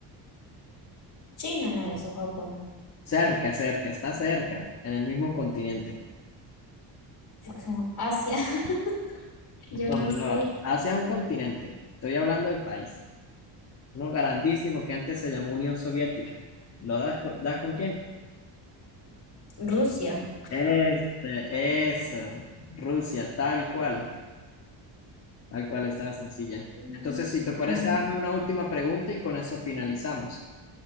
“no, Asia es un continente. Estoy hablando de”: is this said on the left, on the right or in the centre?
Left